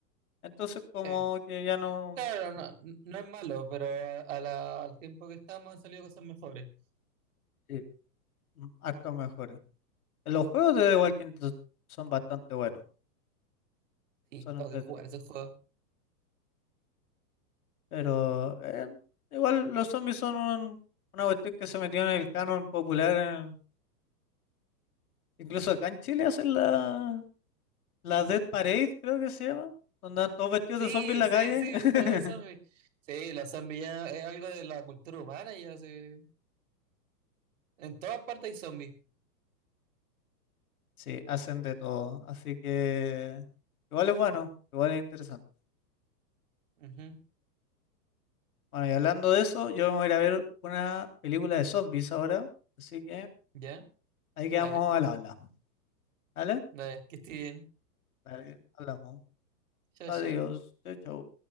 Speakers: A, on the left; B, on the right.
A: Entonces, como
B: Sí.
A: que ya no,
B: Claro, no, no es malo, pero a- a la- al tiempo que estamos han salido cosas mejores.
A: sí, mm, harto mejores. Los juegos de The Walking Dead son bastante buenos,
B: Sí,
A: son entretenidos.
B: tengo que jugar ese juego.
A: Pero eh, igual los zombies son un- una cuestión que se metió en el canon popular. en- incluso acá en Chile hacen la, la Dead Parade, creo que se llama, donde andan todos vestidos
B: Sí,
A: de zombies en la
B: sí,
A: calle.
B: sí,
A: <laughs>
B: todo de zombies. Sí, los zombies ya es algo de la cultura humana, ya sí. En todas partes hay zombies.
A: Sí, hacen de todo. Así que igual es bueno, igual es interesante.
B: Ujú,
A: Bueno, y hablando de eso, yo voy a ir a ver una película de zombies ahora. Así que
B: Ya,
A: ahí quedamos
B: dale,
A: al habla. ¿Vale?
B: dale, que esté bien.
A: Vale, hablamos.
B: Chao,
A: Adiós.
B: chao.
A: Chau, chau.